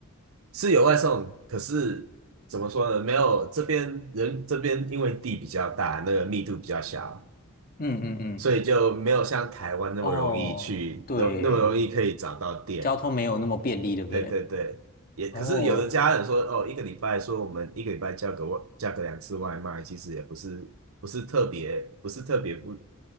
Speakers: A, on the right (about 70°); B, on the left (about 45°).
A: 是有外送，可是怎么说呢？没有这边人这边因为地比较大，那个密度比较小，
B: 嗯嗯嗯，
A: 所以就没有像台湾那么容易去，
B: 哦，对，
A: 那么容易可以找到店。
B: 交通没有那么便利，对不对？
A: 对对对，也可是有的家人说，
B: 哦，
A: 哦，一个礼拜说我们一个礼拜叫个外叫个两次外卖，其实也不是不是特别不是特别不